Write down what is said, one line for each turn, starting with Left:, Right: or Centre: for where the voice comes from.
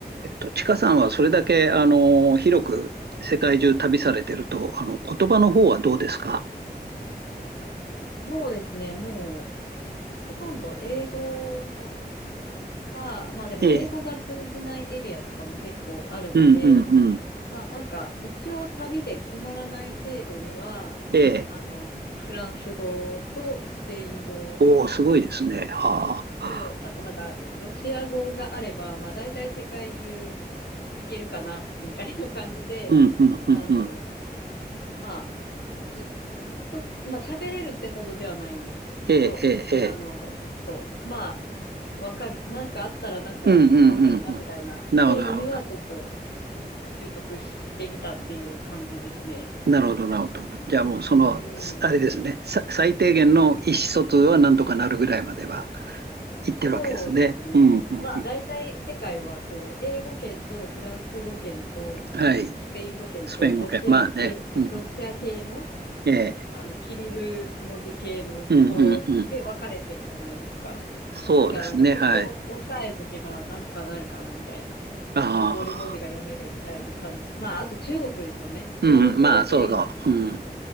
Right: えっと、ちかさんはそれだけ、あの、広く世界中旅されてると、あの、言葉の方はどうですか
Left: そうですね。もう、ほとんど英語か、まあでも英語が通じないエリアとかも結構あるので、
Right: ええ、うんうんうん。
Left: まあなんか一応旅で困らない程度には、
Right: ええ、
Left: あの、フランス語とスペイン語
Right: おお、すごいですね。はあ。
Left: と、あとなんかロシア語があれば、まあ大体世界中行けるかな、みたいな感じで、
Right: うんうんうんうん。
Left: <laughs> あの、まあ、ちょ、ちょまあ喋れるってほどではないんですけど、
Right: ええ、ええ、ええ。
Left: あの、ちょっと、まあ、わかる。なんかあったらなんかわかるな、
Right: うんうんうんうん。
Left: みたいな程度にはちょっと
Right: なるほど、なるほど。
Left: 習得してみたっていう感じですね。
Right: なるほど、なるほど。じゃあもうその、
Left: うん。
Right: すあれですね、さ最低限の意思疎通はなんとかなるぐらいまでは行ってるわけですね。
Left: そうですね。
Right: うんうんうん。
Left: まあ大体世界はこう、英語圏とフランス語圏と
Right: はい。
Left: スペイン語圏とロシア系、
Right: スペイン語圏。まあね。
Left: えロシア系の
Right: うんうん。ええ。
Left: あの、キリル文字系のところで分かれてるじゃないですか。
Right: うんうんうん。そうですね。
Left: だからなんかそこを押さえとけばなんとかなるかなみたいな。
Right: はい。ああ、
Left: 一通り文字が読めるみたいな感じ。まあ、あと中国ですよね。中国語圏
Right: うん、まあ、そうそう。うん、